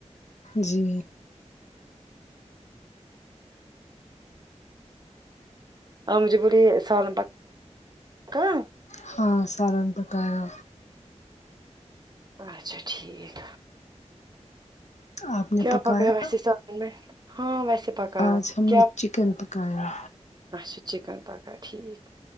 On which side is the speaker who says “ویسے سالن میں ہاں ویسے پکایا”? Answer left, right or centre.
Right